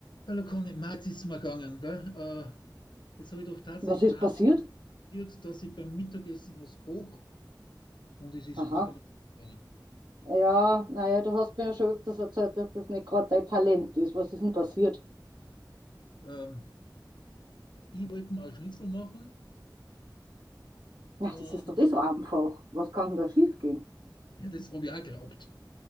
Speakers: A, on the left; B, on the right.
A: Hallo Conny, Marc, es ist mir gegangen, gell? Äh, jetzt habe ich doch tatsächlich
B: Was ist passiert?
A: amüsiert, dass ich beim Mittagessen was koche und es ist
B: Aha.
A: vollkommen gegangen.
B: Ja, naja, du hast mir ja schon öfters erzählt, dass das nicht gerade dein Talent ist. Was ist denn passiert?
A: Ähm, ich wollte mal einen Schnitzel machen
B: Na,
A: und
B: das ist doch eh so einfach. Was kann denn da schiefgehen?
A: ja, das habe ich auch geglaubt.